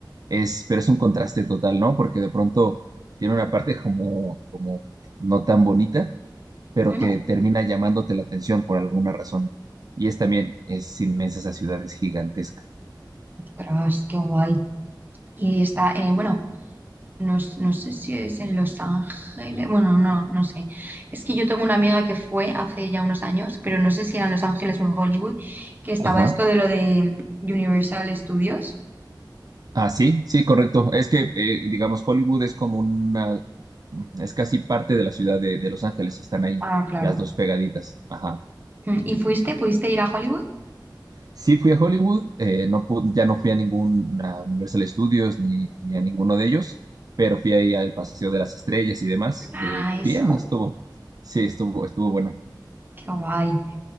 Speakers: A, on the right (about 50°); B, on the right (about 25°).
A: es, pero es un contraste total, ¿no? Porque de pronto tiene una parte como, como no tan bonita, pero
B: ¿Mm?
A: que termina llamándote la atención por alguna razón. Y es también, es inmensa esa ciudad, es gigantesca.
B: Ostras, qué guay. Y está, eh, bueno, no, s- no sé si es en Los Ángeles, bueno, no, no sé. Es que yo tengo una amiga que fue hace ya unos años, pero no sé si era en Los Ángeles o en Hollywood, que estaba
A: Ajá.
B: esto de lo de Universal Studios.
A: Ah, sí, sí, correcto. Es que, eh, digamos, Hollywood es como una, es casi parte de la ciudad de, de Los Ángeles, están ahí
B: Ah, claro.
A: las dos pegaditas. Ajá.
B: Mm, ¿Y fuiste? ¿Pudiste ir a Hollywood?
A: Sí fui a Hollywood, eh, no pu- ya no fui a ningún a Universal Studios ni, ni a ninguno de ellos, pero fui ahí al Paseo de las Estrellas y demás.
B: Ah,
A: Eh,
B: eso,
A: bien, estuvo, sí, estuvo, estuvo bueno.
B: qué guay.